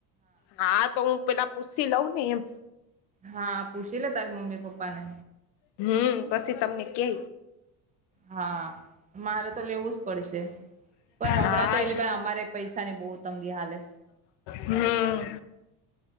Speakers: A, on the left; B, on the right.
A: હા તો હું પેલા પૂસી લઉંને એમ.
B: હા, પૂછી લે તારી મમ્મી પપ્પા ને.
A: હમ્મ, પસી તમને કે.
B: હા, મારે તો લેવુંજ પડશે. પણ હમણાં
A: હા
B: તો એલે ભાઈ, અમારે પૈસાની બહુ તંગી હાલે.
A: હમ્મ,